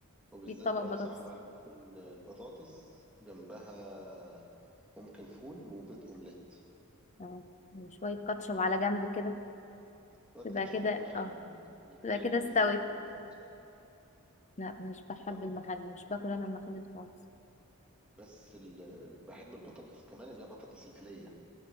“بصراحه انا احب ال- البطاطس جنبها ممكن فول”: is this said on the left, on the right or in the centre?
Centre